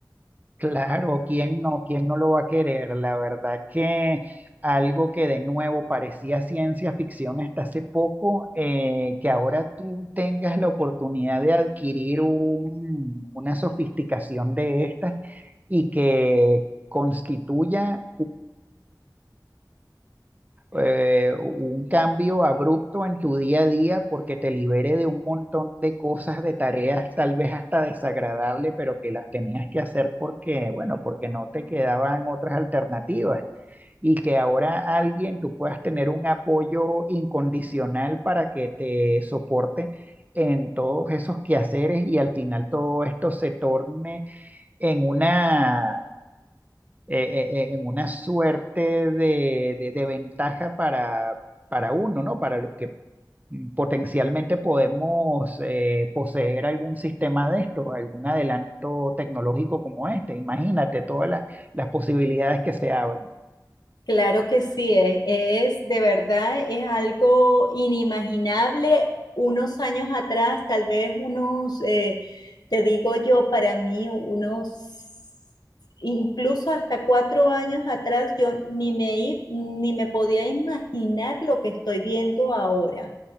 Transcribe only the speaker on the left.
Claro que sí, e- es, de verdad, es algo inimaginable. Unos años atrás, tal vez unos, eh, te digo yo, para mí, unos, incluso hasta cuatro años atrás, yo ni me, i- ni me podía imaginar lo que estoy viendo ahora.